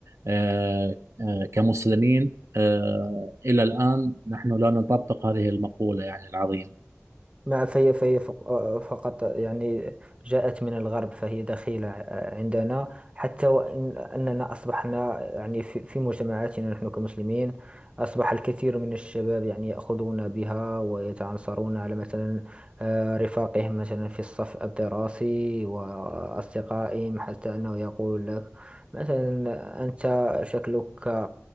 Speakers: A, on the right; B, on the right.
A: آه، آه، كمسلمين آه، إلى الآن نحن لا نطبق هذه المقولة يعني العظيمة
B: ما فهي فهي فق- آه، فقط يعني جاءت من الغرب فهي دخيلة آه، عندنا حتى وإن أننا أصبحنا يعني في في مجتمعاتنا نحن كمسلمين أصبح الكثير من الشباب يعني يأخذون بها ويتعنصرون على مثلا آه، رفاقهم مثلا في الصف الدراسي وأصدقائهم حتى أنه يقول لك مثلا أنت شكلك